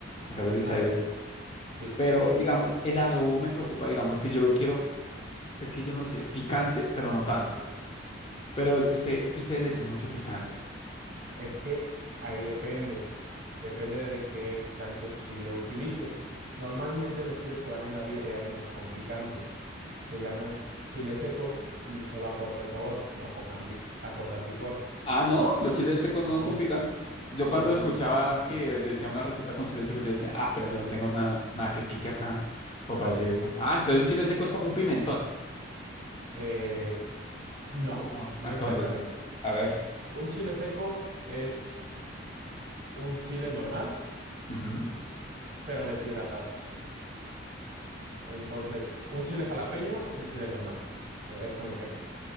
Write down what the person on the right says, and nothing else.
Ándale.
Sí,
justamente.
Es que ahí depende. Depende de qué tanto chile utilices. Normalmente los chiles que van en la birria no son picantes. Se llaman chiles secos y solo aportan sabor, no apocan pi- aportan picor.
Lo
que
no,
no,
normalmente no son
picantes.
Eh, no,
no
exactamente.
Un chile seco es un chile normal,
pero deshidratado. Entonces, un chile jalapeño es el chile normal, es un ejemplo.